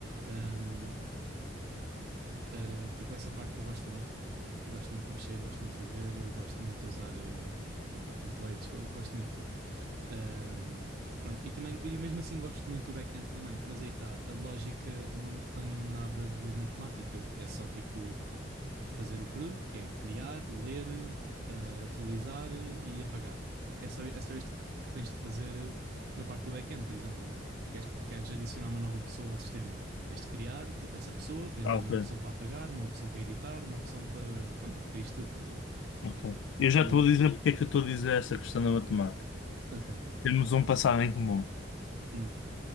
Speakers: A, on the right; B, on the left.
A: hum, Uh, tipo, essa parte eu gosto muito. Gosto muito de mexer, gosto muito de fazer, uh, gosto muito de usar uh, hum, templates, go- gosto muito de tudo. Um, pronto, e também, e mesmo assim gosto muito do back-end também, mas aí está, a lógica não tem nada de matemática, é só tipo fazer o crudo, que é criar, ler, uh, atualizar uh, e apagar. É só, é só isto que tens de fazer uh, na parte do back-end, por exemplo, queres, queres adicionar uma nova pessoa ao sistema. Tens de criar te- essa pessoa, tens
B: Ah,
A: de dar
B: ok.
A: uma opção para apagar, uma opção para editar, uma opção para. Pronto, para isto tudo, estás a ver?
B: Ok. Eu já
A: E.
B: estou a dizer porque é que eu estou a dizer essa questão da matemática.
A: Então.
B: Temos um passado em comum.
A: Hum,